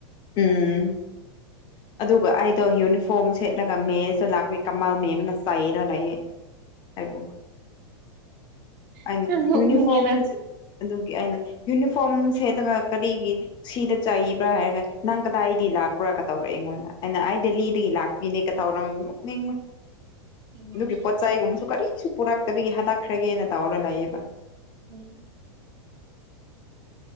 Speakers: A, on the left; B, on the right.
A: ꯎꯝ ꯑꯗꯨꯒ ꯑꯩꯗꯣ ꯌꯨꯅꯤꯐꯣꯔꯝ ꯁꯦꯠꯂꯒ ꯃꯦꯁꯨ ꯂꯥꯛꯎꯏ ꯀꯃꯜ ꯃꯦꯝꯅ ꯆꯥꯏꯔ ꯂꯩꯌꯦꯦ ꯍꯥꯏꯕ ꯍꯥꯏꯅ
B: ꯑꯁ ꯅꯣꯛꯅꯤꯡꯉꯦꯗ
A: ꯌꯨꯅꯤꯐꯣꯔꯝ ꯑꯗꯨꯒꯤ ꯑꯩꯅ ꯌꯨꯅꯤꯐꯣꯔꯝ ꯁꯦꯠꯂꯒ ꯀꯔꯤꯒꯤ ꯁꯤꯗ ꯆꯥꯏꯕ꯭ꯔꯥ ꯍꯥꯏꯔꯒ ꯅꯪ ꯀꯗꯥꯏꯗꯒꯤ ꯂꯥꯛꯄ꯭ꯔꯥ ꯀ ꯇꯧꯔꯛꯑ ꯑꯩꯉꯣꯟꯗ ꯑꯩꯅ ꯑꯩ ꯗꯦꯜꯂꯤꯗꯒꯤ ꯂꯥꯛꯄꯤꯅꯦ ꯇꯧꯔ ꯅ
B: ꯎꯝ
A: ꯑꯗꯨꯒꯤ ꯄꯣꯠꯆꯥꯏꯒꯨꯝꯕꯁꯨ ꯀꯔꯤꯁꯨ ꯄꯨꯔꯛꯇꯕꯤꯒꯤ ꯍꯥꯟꯗꯛꯈ꯭ꯔꯒꯦꯅ ꯇꯧꯔꯒ ꯂꯩꯑꯕ
B: ꯎꯝ